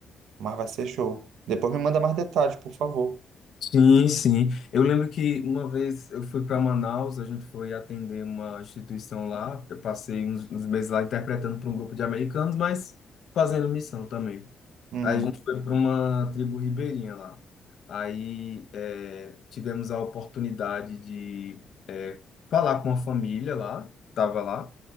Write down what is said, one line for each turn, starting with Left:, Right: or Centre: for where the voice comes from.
Right: Mas vai ser show. Depois me manda mais detalhes, por favor.
Left: Sim, sim. Eu lembro que uma vez eu fui para Manaus, a gente foi atender uma instituição lá. Eu passei uns, uns meses lá interpretando para um grupo de americanos, mas fazendo missão também.
Right: Uhum.
Left: Aí a gente foi para uma tribo ribeirinha lá. Aí é, tivemos a oportunidade de falar com uma família lá, que estava lá,